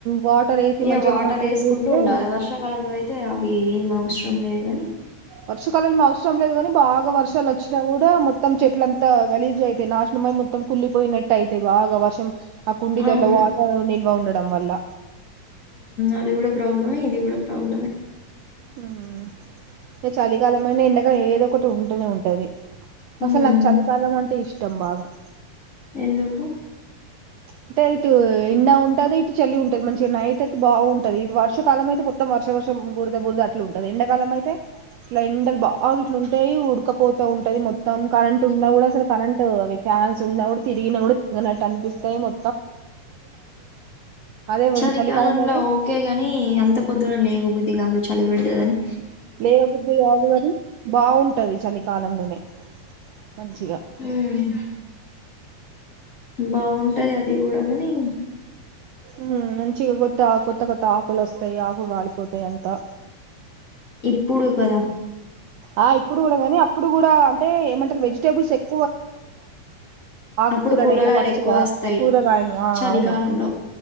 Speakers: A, on the right (about 85°); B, on the left (about 30°).
A: వాటర్ వేసి
B: ఇగ
A: మంచిగా
B: వాటర్
A: <inaudible>
B: వేసుకుంటూ
A: చేస్తే
B: ఉండాలి వర్షాకాలంలో అయితే అవి ఏం అవసరం లేదు గనీ
A: వర్షకాలంలో అవసరం లేదు కాని బాగా వర్షాలు వచ్చినా కూడా మొత్తం చెట్లంతా గలీజు అయితాయి నాశనంమై మొత్తం కుళ్లిపోయినట్టు అయితాయి బాగా వర్షం ఆ కుండీల్లో
B: అవును
A: వాటర్ నిల్వ ఉండద్ డం వల్ల
B: అది కూడా ప్రాబ్లమే ఇది కూడా ప్రాబ్లమే
A: హుమ్ చలికాలమైన ఎండకాలం అయిన ఏదో ఒకటి ఉంటూనే ఉంటది
B: ఉమ్
A: అసలు నాకు చలికాలం అంటే ఇష్ట ట్టొంభాగా
B: ఎందుకు
A: అంటే ఇటు ఎండ ఉంటది ఇటు చలి ఉంటది మంచిగా నైట్ అయితే బాగుంటది ఇది వర్షాకాలం అయితే మొత్తం వర్ష వర్షం బుర్ద బుర్ద అట్లు ఉంటది ఎండాకాలం అయితే ఇట్లా ఎండలు బాగా ఇట్లుంటాయి ఉడకపోతా ఉంటది మొత్తం కరెంట్ ఉన్నా కూడా అసలు కరెంట్ అవి ఫ్యాన్స్ ఉన్నా కూడా తిరిగిన కూడా తిరగనట్టు అనిపిస్తాయి మొ అదే
B: చలి
A: చలికాలంలో
B: కాలంలో
A: అయితే
B: ఓకేగాని అంత పొద్దున లేవబుద్ధి కాదు చలిబేడతదని
A: లేవ బుద్ధి కాదు కాని బాగుంటది చలి కాలంలోనే మంచిగా
B: ఉమ్ బాగుంటది అది కూడా గని
A: ఉమ్ మంచిగా కొత్త కొత్త కొత్త ఆకులు వస్తాయి ఆకులు రాలిపోతాయి అంతా
B: ఇప్పుడు కదా
A: ఆ ఇప్పుడు కూడా గానీ అప్పుడు కూడా అంటే ఏమంటారు వెజిటేబుల్స్ ఎక్ ఆకుకూరలైనా
B: అప్పుడు కూరగాయలు
A: పచ్చగా
B: ఎక్కువ వస్తాయి
A: కూరగాయలు ఆ
B: చలికాలంలో
A: అవును